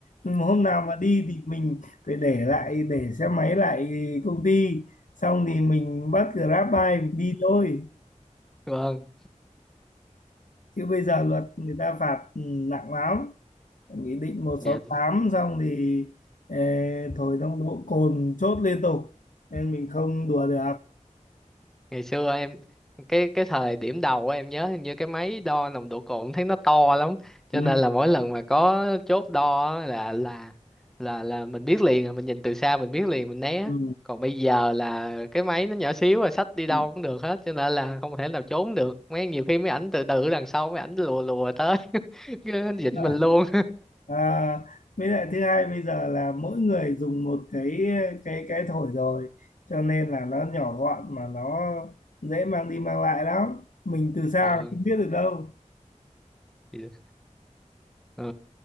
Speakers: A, on the left; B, in the centre.
A: hôm nào mà đi thì mình phải để lại để xe máy lại công ty xong thì mình bắt Grab bike mình đi thôi
B: vâng
A: chứ bây giờ luật người ta phạt nặng lắm nghị định một
B: dạ
A: sáu tám xong thì ờ, thổi nồng độ cồn chốt liên tục nên mình không đùa được
B: ngày xưa em cái cái thời điểm đầu á, em nhớ hình như cái máy đo nồng độ cồn thấy nó to lắm cho
A: ừ.
B: nên là mỗi lần mà có chốt đo á, là là là là mình biết liền à, mình nhìn từ xa mình biết liền mình né
A: Ừ.
B: còn bây giờ là cái máy nó nhỏ xíu rồi xách đi đâu
A: Ừ.
B: cũng được hết cho nên là không thể nào trốn được mấy nhiều khi mấy ảnh từ từ đằng sau mấy ảnh lùa lùa tới <laughs> cứ dính
A: Đấy.
B: mình luôn
A: À, với lại thứ hai bây giờ là mỗi người dùng một cái cái cái thổi rồi cho nên là nó nhỏ gọn mà nó dễ mang đi mang lại lắm mình từ xa
B: <laughs>
A: không biết được đâu
B: Vâng. Ừ.